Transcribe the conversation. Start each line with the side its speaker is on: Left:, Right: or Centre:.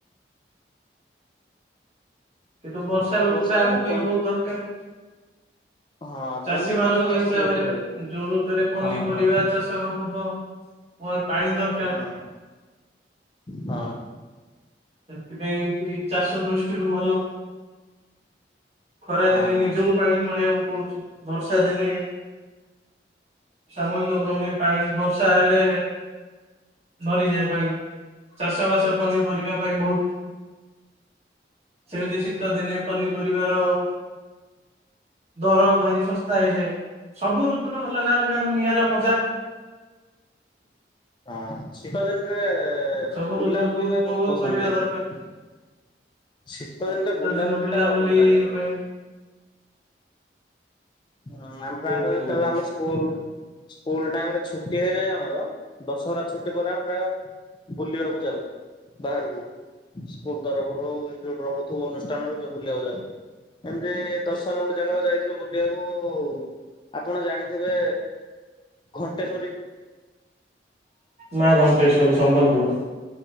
Right: କିନ୍ତୁ ବର୍ଷା
Left: ହଁ
Right: ଋତୁ ଟା
Left: ଦିନେ
Right: ଆମ ପାଇଁ
Left: ପନି
Right: ବହୁତ ଦରକାର।
Left: ହଁ
Right: ଚାଷି
Left: ପନିପରିବା
Right: ମାନଙ୍କ
Left: ଚାଷ
Right: ହିସାବରେ
Left: ବହୁତ ହୁଏ।
Right: ଯୋଉ ଋତୁରେ ପନିପରିବା।
Left: ହଁ ହଁ
Right: ଚାଷ ହବ ବ ପ ପାଣି ଦରକାର।
Left: ହଁ ହଁ।
Right: ସେଥିପାଇଁ ଏମିତି ବି ଚାଷ ଦୃଷ୍ଟିରୁ ଭଲ, ଖରାଦିନେ
Left: ହଁ ହଁ
Right: ନିଜକୁ ପାଣି ମଡେଇଵାକୁ ପଡୁଛି, ବର୍ଷା ଦିନେ ସାମୁହିକ କ୍ରମେ ପାଣି ବର୍ଷା ହେଲେ ଭରିଯାଏ ପାଣି, ଚାଷ ବାସ ପନିପରିବା ପାଇଁ ବହୁତ ସେମିତି ଶୀତ ଦିନେ ପନିପରିବାର ର ଦର ଭାରି ଶସ୍ତା ହେଇଯାଏ, ସବୁ ଋତୁୁର ଅଲଗା ଅଲଗା ନିଆଁରା ମଜା।
Left: ଆଁ ଶୀତ ଦିନରେ,
Right: ସବୁ
Left: ବୁଲାବୁଲିି
Right: ଋତୁକୁ
Left: ପାଇଁ
Right: ଉପଭୋଗ
Left: ବହୁତ ପସନ୍ଦ
Right: କରିବା
Left: ଲାଗେ।
Right: ଦରକାର।
Left: ଶୀତ ଦିନରେ ବୁଲା
Right: ଦିନ
Left: ବୁଲି
Right: ବୁଲାବୁଲି
Left: ଟା ଭଲ ଲାଗେ।
Right: ପାଇଁ
Left: ହୁଁ ଆମ ପ୍ରାୟତଃ,
Right: ବହୁତ
Left: ଯେତେବେଳେ
Right: ବହୁତ
Left: ଆମ ସ୍କୁଲ ସ୍କୁଲ ଟାଇମ ରେ ଛୁଟି ହେଇଯାଏ ଆମର, ଦଶହରା ଛୁଟି ପରେ ଆମ ପ୍ରାୟ ବୁଲିବାକୁ ଯାଉ, ବାହାରକୁ ସ୍କୁଲ ତରଫରୁ ହଉ ଯୋଉଠି ରହୁଥିବ ଅନୁଷ୍ଠାନ ବୁଲିବାକୁ ଯାଉ, ଏମିତି ଦଶହରାକୁ ଗୋଟେ ଜାଗାକୁ ଯାଇଥିଲୁ ବୁଲିବାକୁ ହଉ ହଉ ଆପଣ ଜାଣିଥିବେ ଘଣ୍ଟେଶ୍ଵରୀ?
Right: ମା ଘଣ୍ଟେଶ୍ୱରୀ ସମ୍ବଲପୁର।